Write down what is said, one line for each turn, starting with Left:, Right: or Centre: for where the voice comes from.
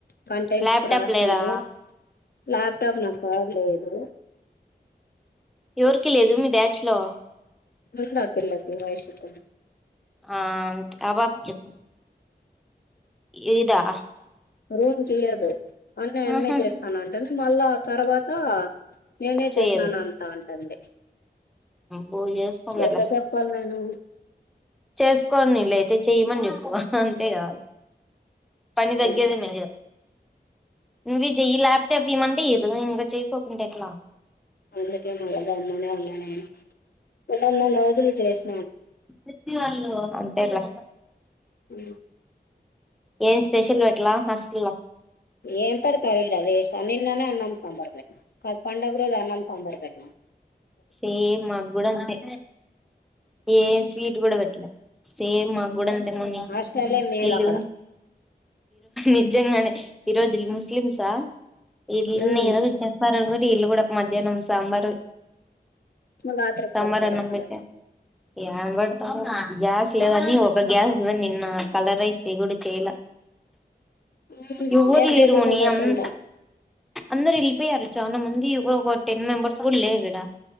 Left: కంటెంట్స్
Centre: ల్యాప్టాప్
Left: రాసినాము
Centre: లేదా
Left: ల్యాప్టాప్ నాకాడ లేదు
Centre: ఎవరికి లేదు మీ బ్యాచ్ లో
Left: ముంద ఆ పిల్లకి వైషుకి
Centre: ఆ అంతే. ఆ పాప కి చెప్పు ఇదా
Left: రూమ్ తీయదు అన్ని ఆమె
Centre: ఆహా
Left: చేస్తాను అంటంది మళ్ళా తర్వాత నేనే
Centre: చెయ్యదు
Left: చేసినాను అంతా అంటంది
Centre: బో చేసుకుందిలే
Left: ఏట్లా చెప్పాలి నేను
Centre: చేసుకోని వీళ్ళయితే చెయ్యమని చెప్పు. అంతే కావాలి పని తగ్గేదే
Left: ఇంత
Centre: మ నువ్వు ఇది చెయ్యి ల్యాప్టాప్ ఇమంటే ఇతరులు. ఇంకా చేయకోకుండా ఎట్లా
Left: అందుకే మరి అన్ననే ఉన్నన్ని రోజులు చేసి
Centre: ప్రతి వాళ్ళు అంతే లే
Left: ఇ
Centre: ఏం స్పెషల్ అట్లా హాస్టల్ లో
Left: ఏం పెడతారు ఇడా వేస్ట్ అన్ని నిన్ననే అన్నం సాంబారు పెట్టినారు. కాదు పండుగ రోజు అన్నం సాంబార్ పెట్టినారు
Centre: సేమ్ మాకు కూడా అంతే ఏం స్వీట్ కూడా పెట్టలే. సేమ్ మాకు కూడా అంటే ముని
Left: హాస్టలే మేలు
Centre: ఇల్లు
Left: అక్కడ
Centre: నిజంగా నే ఈరోజు ఇల్ ముస్లిమ్సా ఇళ్ళుని
Left: ఉమ్
Centre: ఏదో ఒకటి చేస్తారు అనుకుంటే ఇళ్ళు కూడా మధ్యాహ్నం సాంబార్
Left: మళ్ళ రాత్రికి
Centre: సాంబారు
Left: పెడతారు
Centre: అన్నం
Left: మళ్ళ
Centre: పెట్టారు. ఏం పెడతారో గ్యాస్ లేదని ఒక గ్యాస్ నిన్న కలర్ రైస్ డ చేయలే
Left: ఉమ్
Centre: ఎవరూ
Left: ఏం
Centre: లేరు
Left: చేయకోకుంటా
Centre: ముని అంత
Left: ఎట్టంట
Centre: అందరు ఎళ్లిపోయారు. చానా మంది ఎవ ఒక టెన్ మెంబర్స్ కూడా లేరు ఇడ